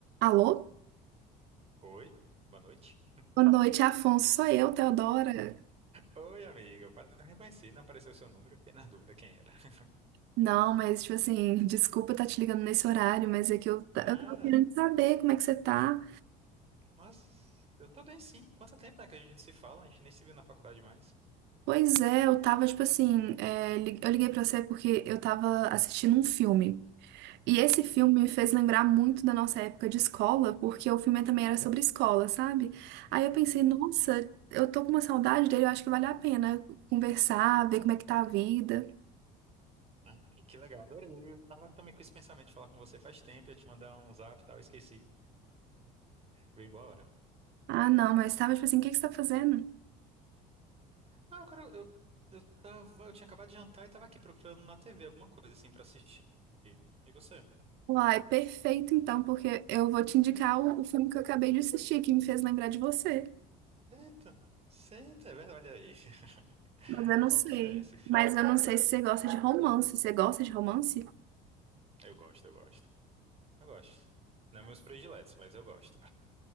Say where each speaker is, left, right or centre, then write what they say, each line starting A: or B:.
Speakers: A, on the right; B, on the right.
A: Alô?
B: Oi, boa noite.
A: Boa noite, Afonso. Sou eu, Teodora.
B: Oi, amiga, eu quase não reconheci, não apareceu o seu número, eu fiquei na dúvida quem era. <laughs>
A: Não, mas, tipo assim, <laughs> desculpa estar te ligando nesse horário, mas é que eu, ta-
B: Nada,
A: eu tô querendo saber como é que você tá.
B: mas eu tô bem sim. Quanto tempo, né, que a gente não se fala, a gente nem se viu na faculdade mais.
A: Pois é, eu tava, tipo assim, é, li- eu liguei pra você porque eu tava assistindo um filme. E esse filme me fez lembrar muito da nossa época de escola, porque o filme também era sobre escola, sabe? Aí eu pensei,
B: Ah,
A: nossa, eu tô com uma saudade dele, eu acho que vale a pena conversar, ver como é que tá a vida.
B: <laughs> ah, que legal, adorei. Eu tava também com esse pensamento de falar com você faz tempo, ia te mandar um zap e tal, eu esqueci. Bem boa hora.
A: Ah, não, mas tava, tipo assim, o que que você tá fazendo?
B: Ah, agora eu, eu tava, eu tinha acabado de jantar e tava aqui procurando na TV alguma coisa assim pra assistir. E você?
A: Uai, perfeito então, porque eu vou te indicar o, o filme que eu acabei de assistir, que me fez lembrar de você.
B: Eita, eita, é verdade, olha aí. <laughs>
A: Mas eu não
B: Qual
A: sei.
B: que é esse filme?
A: Mas eu não sei se você gosta de romance. Você gosta de romance?
B: Eu gosto, eu gosto. Eu gosto. Não é meus prediletos, mas eu gosto.